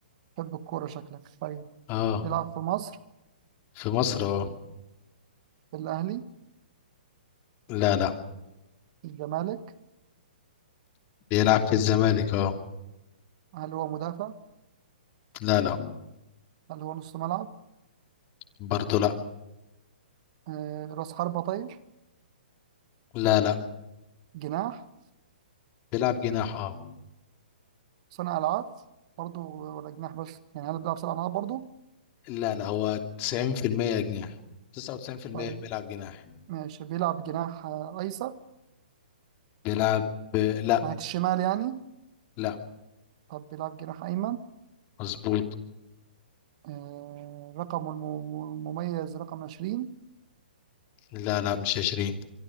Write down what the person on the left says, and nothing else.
أه
في مصر أه
لا لا
بيلعب في الزمالك أه
لا لا
برضه لا
لا لا
بيلعب جناح أه
لا لا هو 90% جناح 99%
بيلعب جناح
بيلعب لا
لا
مظبوط
لا لا مش 20